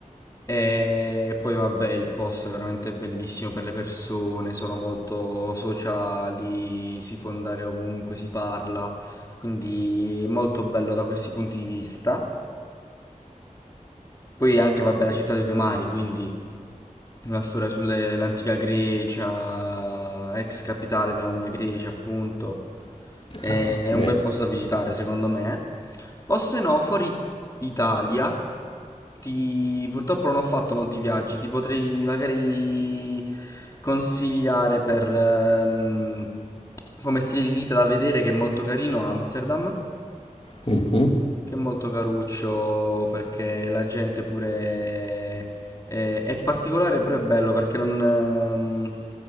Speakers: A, on the left; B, on the left.
A: E poi vabbè, il posto è veramente bellissimo per le persone, sono molto sociali, si può andare ovunque, si parla, quindi è molto bello da questi punti di vista. Poi anche vabbè la città dei due mari, quindi la storia sull'antica Grecia, ex capitale della Magna Grecia, appunto. Eh,
B: Ah,
A: È
B: bene.
A: un bel posto da visitare, secondo me. O se no, fuori Italia, ti... purtroppo non ho fatto molti viaggi, ti potrei magari consigliare per ehm, come stile di vita da vedere che è molto carino Amsterdam.
B: Mhm.
A: Che è molto caruccio perché la gente pure è, è particolare, però è bello perché non, ehm,